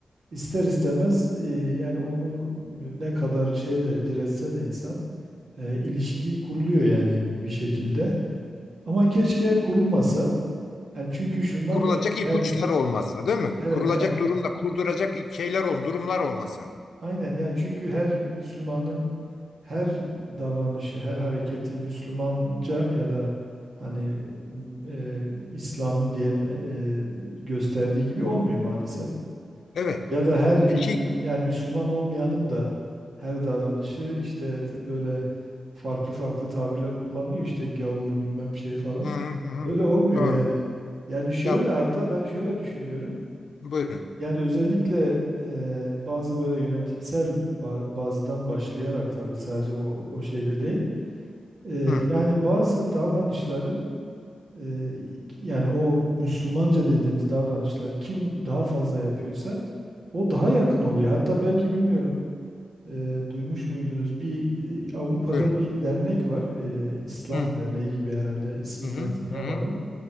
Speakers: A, on the right (about 55°); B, on the left (about 85°).
A: ister istemez e, yani onu ne kadar şeyde diretse de insan e, ilişki kuruluyor yani bi- bir şekilde. Ama keşke kurulmasa. Yani çünkü şundan
B: Kurulacak
A: dolayı
B: ipuçları
A: her
B: olmasa, değil mi?
A: evet
B: Kurulacak
A: yani
B: durumda kurduracak şeyler ol, durumlar olmasa.
A: aynen yani çünkü her Müslümanın her davranışı, her hareketi Müslümanca ya da hani m, e, İslam'ın diyelim e, e, gösterdiği gibi olmuyor maalesef.
B: Evet.
A: Ya da her e,
B: Ya şey,
A: yani Müslüman olmayanın da her davranışı işte t- böyle farklı farklı tabirler kullanılıyor işte gavur bilmem şey falan.
B: hı hı, hı
A: Öyle
B: hı.
A: olmuyor
B: Doğru.
A: yani. Yani şöyle
B: Ya
A: hatta ben şöyle düşünüyorum.
B: buyurun.
A: Yani özellikle e, bazı böyle yönetimsel ba- bazdan başlayarak tabii sadece o, o şeyde değil. E,
B: Hı,
A: yani bazı davranışların ee, yani o Müslümanca dediğimiz davranışları kim daha fazla yapıyorsa o daha yakın oluyor. Hatta belki bilmiyorum e, duymuş muydunuz bir e, Avrupa'da
B: buyurun.
A: bir dernek var. E, İslam
B: Hı
A: Derneği gibi herhalde ismini
B: hı
A: hatırlayamadım.
B: hı hı